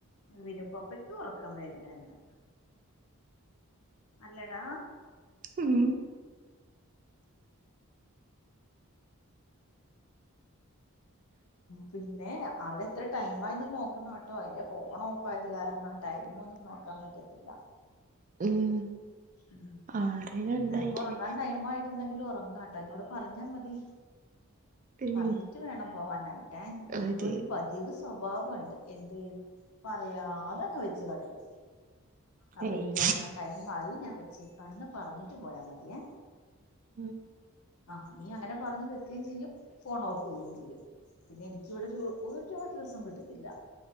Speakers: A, on the left (about 80°); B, on the right (about 35°).
A: പവിനുപ്പപ്പക്കും ഉറക്കൻ വരില്ല എന്ന്. അല്ലടാ?
B: ഉം
A: പിന്നെ അവിടെ എത്ര ടൈം ആയി നോക്കണം കേട്ടോ? എന്റെ ഫോൺ ഓഫ് ആയത് കാരണം ടൈമ ഒന്നും നോക്കാൻ പറ്റത്തില്ല.
B: ഉം,
A: ഉ
B: ആരേം കണ്ടായില്ലേ
A: നിനക്ക് ഉറങ്ങാൻ ടൈം ആയി ണ്ടെങ്കിൽ ഉറങ്ങ കേട്ടോ, അതിനോട് പറഞ്ഞാ മതി.
B: ഏയ്
A: പറഞ്ഞിട്ട് വേണം പോവാനായിട്ടേ, നിനക്ക്
B: അതെ
A: ഒരു പതിവ്സ് സ്വഭാവുണ്ട് എന്ത്? പറയാതങ്ങ് വെച്ചു കളയാ. അപ്പൊ
B: ഏയ്
A: എനിക്ക് ഉറങ്ങാൻ ടൈം ആയി, ഞാൻ വെച്ചേക്കാണെന്ന് പറഞ്ഞിട്ട് പോയാ മതിയേ?
B: ഉം.
A: ആഹ് നീ അങ്ങനെ പറഞ്ഞു വെക്കയും ചെയ്യും. ഫോൺ ഓഫ് ചെയ്യുകയും ചെയ്യും പിന്നെ എനിക്കിവിടെ ഒരു ഒരു അഡ്രസ്സും കിട്ടത്തില്ല.